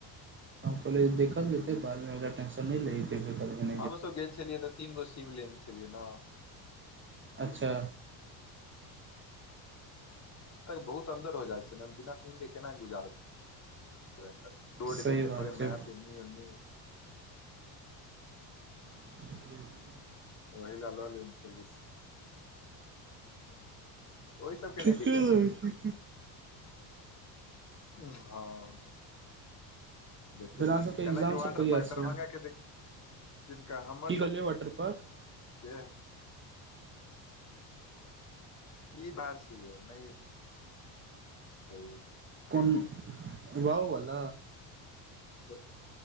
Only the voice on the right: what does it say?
कले देखल जेते बाद मे एकर टेंशन नहि लही <unintelligible>
अच्छा
सही
बात
छै
ह्म <inaudible>
ठीके
रहै
छै
फेर अहाँ सबके एग्जाम
सब कहिया
से
की कहलियै वॉटर पार्क
कोन वाववला